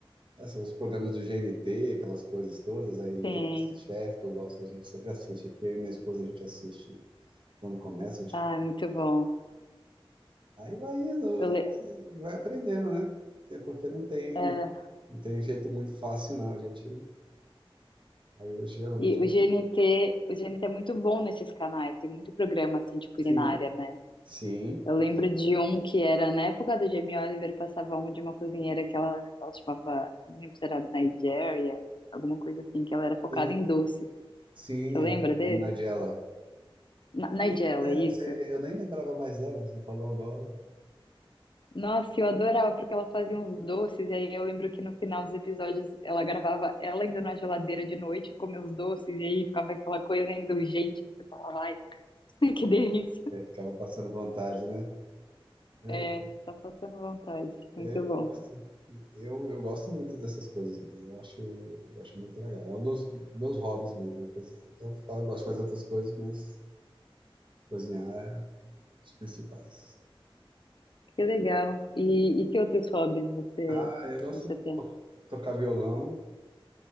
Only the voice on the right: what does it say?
assim, os programas do GNT, aquelas coisas todas, aí
tem o Chef que eu gosto, a gente sempre assiste aqui, eu e minha esposa a gente assiste quando começa, a gente
aí vai indo
e
vai vai aprendendo, né? É Porque não tem
não tem jeito muito fácil, não. A gente Aí eu geralmente.
Sim,
sim,
sim,
sim,
a,
a Nigella.
Eu lembro dela,
você- eu nem lembrava mais dela, você falou agora.
É, é, ficava passando vontade, né? Eu,
eu
gosto, eu, eu gosto muito dessas coisas, mesmo, eu acho, eu acho muito legal. É um dos meus hobbies mesmo. uma Coisa. Eu falo, eu gosto de fazer outras coisas, mas cozinhar é os principais.
Ah, eu gosto
de
to- tocar violão.